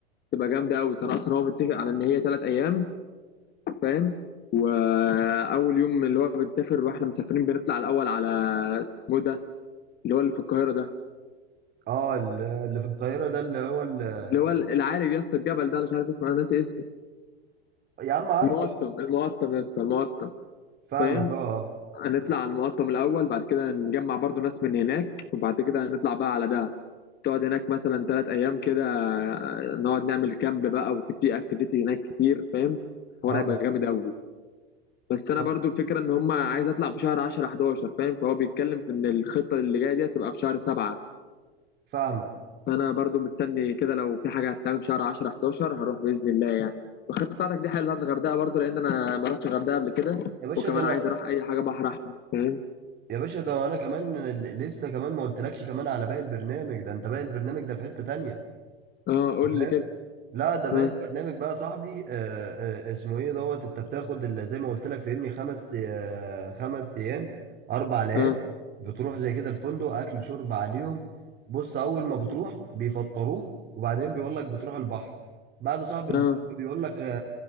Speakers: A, on the left; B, on the right.
A: تبقى جامدة قوي كان اصلا هو متفق على ان هي ثلاث ايام فاهم واول يوم اللي هو بنسافر واحنا مسافرين بنطلع الاول على اسمه إيه ده اللي هو اللي في القاهره ده
B: اه ال- اللي في القاهرة ده اللي هو ال...
A: اللي هو العالي يا اسطى الجبل ده أنا مش عارف اسمه انا ناسي اسمه
B: يا عم عارفه
A: المقطم
B: آه.
A: المقطم يا اسطى المقطم
B: فاهمك
A: فاهم
B: اه
A: هنطلع على المقطم الاول بعد كده نجمع برضو ناس من هناك وبعد كده هنطلع بقى على دهب تقعد هناك مثلا ثلاث ايام كده نقعد نعمل كامب بقى وفي اكتيفيتي هناك كتير فاهم الحوار
B: اه
A: هيبقى
B: اه
A: جامد قوي بس انا
B: طب
A: برضو الفكره ان هم عايز اطلع في شهر 10 11 فاهم فهو بيتكلم في ان الخطه اللي جايه دي هتبقى في شهر 7
B: فاهمك
A: فانا برضو مستني كده لو في حاجه هتتعمل في شهر 10 11 هروح باذن الله يعني والخطه بتاعتك دي حلوه بتاعت الغردقه برضو لان انا ما رحتش الغردقه قبل كده
B: يا باشا
A: وكمان
B: ده انا
A: عايز اروح اي حاجه بحر احمر فاهم
B: يا باشا ده انا كمان ل- لسه كمان ما قلتلكش كمان على باقي البرنامج ده انت باقي البرنامج ده في حتة تانية
A: اه قول
B: فاهم
A: لي كده
B: لا ده باقي
A: اه
B: البرنامج بقى يا صاحبي آه آه اسمه ايه دوت انت بتاخد ال- زي ما قلت لك فاهمني خمس آه خمس ايام اربع ليالي
A: اه
B: بتروح زي كده الفندق اكل شرب عليهم بص اول ما بتروح بيفطروك وبعدين بيقول لك بتروح البحر بعد صاحب البحر
A: اه
B: بيقول لك آه